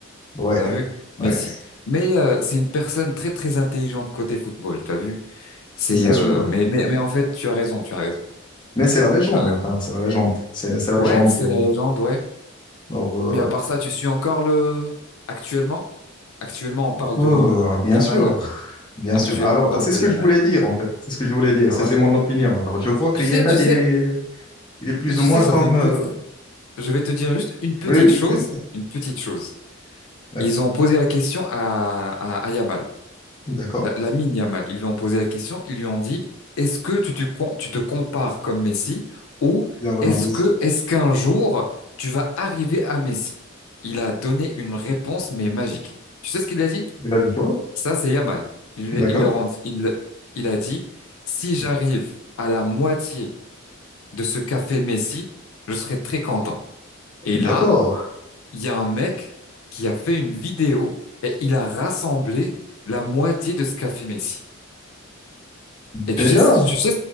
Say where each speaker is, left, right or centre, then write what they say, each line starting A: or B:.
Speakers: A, on the left; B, on the left.
A: Ouais,
B: T'as vu? Messi.
A: ouais,
B: Mais euh, c'est une personne très, très intelligente côté football. T'as vu? C'est,
A: bien
B: euh,
A: sûr.
B: mais, mais, mais en fait, tu as raison, tu as raison.
A: Mais c'est la légende,
B: Tu as raison.
A: enfin, c'est la légende. C'est c'est la
B: Ouais,
A: légende.
B: c'est
A: euh,
B: la légende, ouais.
A: Alors, euh,
B: Mais à part ça, tu suis encore le, actuellement? Actuellement, on parle
A: euh,
B: de
A: bien
B: Yamal.
A: sûr. Bien
B: Actuellement,
A: sûr. Alors,
B: on parle
A: c'est ce
B: de
A: que
B: Yamal.
A: je voulais dire, en fait. C'est ce que je voulais dire.
B: Ah
A: C'était
B: ouais.
A: mon opinion. Alors, je vois que
B: Tu
A: Yemel,
B: sais, tu sais,
A: il est, il est plus
B: tu
A: ou moins
B: sais, j'avais
A: comme.
B: une
A: euh,
B: petite, je vais te dire juste une petite
A: Oui,
B: chose,
A: oui.
B: une petite chose.
A: Ouais.
B: Ils ont posé la question à, à, à Yamal,
A: D'accord.
B: la, la mine Yamal. Ils lui ont posé la question, ils lui ont dit, est-ce que tu te, com- tu te compares comme Messi ou
A: Bien, Ronaldo.
B: est-ce que, est-ce qu'un jour tu vas arriver à Messi? Il a donné une réponse, mais magique. Tu sais ce qu'il a dit?
A: Il a dit quoi?
B: Ça, c'est Yamal. Il, lui-
A: D'accord.
B: il, le rend, il, il a dit, si j'arrive à la moitié de ce café Messi, je serai très content. Et
A: D'accord.
B: là, il y a un mec qui a fait une vidéo et il a rassemblé la moitié de ce café Messi. Et tu
A: Déjà.
B: sais, tu sais,